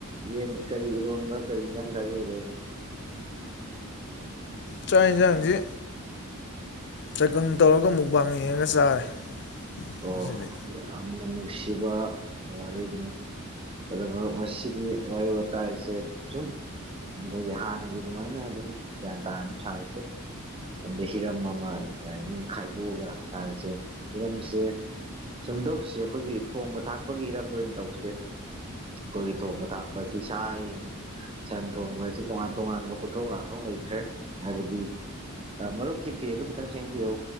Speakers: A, on the right (about 25°); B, on the left (about 55°).
A: ꯌꯦꯟ ꯀꯔꯤ ꯏꯔꯣꯟꯕ ꯀꯔꯤ ꯏꯟꯁꯥꯡ ꯆꯥꯕꯤꯔꯒꯦ
B: ꯆꯥꯡ ꯏꯟꯖꯥꯡꯖꯦ
A: <inaudible>
B: ꯆꯥꯛꯒꯪ ꯇꯧꯔꯒ ꯃꯨꯛꯕꯥꯡ ꯌꯦꯡꯉꯒ ꯆꯥꯔꯦ
A: ꯗꯣ
B: ꯉꯁꯤꯗꯤ
A: ꯌꯥꯝꯅ ꯅꯨꯡꯁꯤꯕ ꯋꯥꯔꯤꯗꯨꯅꯤ ꯑꯗꯨꯒ ꯉꯥꯁꯤꯗꯤ ꯋꯥꯔꯤ ꯋꯥꯇꯥꯏꯁꯦ ꯁꯨꯝ ꯃ <unintelligible> ꯍꯥꯟꯅꯒꯤ ꯑꯗꯨꯃꯥꯏꯅ ꯑꯗꯨꯝ ꯒ꯭ꯌꯥꯟ ꯇꯥꯅ ꯁꯨꯝ ꯁꯥꯕꯁꯦ ꯑꯗꯥ ꯍꯤꯔꯝ ꯑꯃ ꯀꯩ ꯍꯥꯢꯅꯤ ꯈꯥꯏꯗꯣꯛꯑꯒ ꯇꯥꯟꯁꯦ ꯍꯤꯔꯝ ꯑꯦ ꯁꯨꯝꯗꯧꯁꯦ ꯑꯩꯈꯣꯏꯒꯤ ꯊꯣꯡꯕ ꯊꯥꯛꯄꯒꯤ ꯍꯤꯔꯝꯗ ꯑꯣꯏꯅ ꯇꯧꯁꯦ ꯑꯩꯈꯣꯏꯒꯤ ꯊꯣꯡꯕ ꯊꯥꯛꯄ ꯑꯁꯤ ꯁꯥꯌꯦꯟ ꯁꯟ ꯊꯣꯡꯕ ꯑꯁꯤ ꯇꯣꯉꯥꯟ ꯇꯣꯉꯥꯟꯕ ꯈꯨꯊꯣꯡ ꯉꯥꯊꯣꯡ ꯑꯣꯏꯈ꯭ꯔꯦ ꯍꯥꯏꯕꯗꯤ ꯑꯥ ꯃꯔꯨꯞꯀꯤ ꯐꯦꯗꯨ ꯈꯤꯇꯪ ꯁꯦꯝꯕꯤꯌꯣ